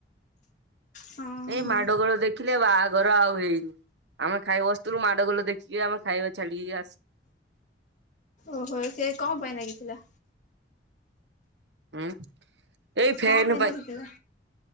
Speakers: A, on the left; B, on the right.
A: ହଁ
B: ଏଇ
A: ହଁ
B: ମାଡ଼ ଗୋଳ ଦେଖିଲେ ଆଉ ବାହାଘର ଆଉ ହେଇନି। ଆମେ ଖାଇ ବସ୍ତିଲୁ ମାଡ଼ଗୋଳ ଦେଖି ଆମେ ଖାଇବା ଛାଡ଼ିକ ଆସି
A: ଓହୋଃ ସେ କଣ ପାଇଁ ନାଗିଥିଲା?
B: ଉଁ? ଏଇ ଫ୍ୟାନ
A: କଣ ପାଇଁ ନାଗିଥିଲା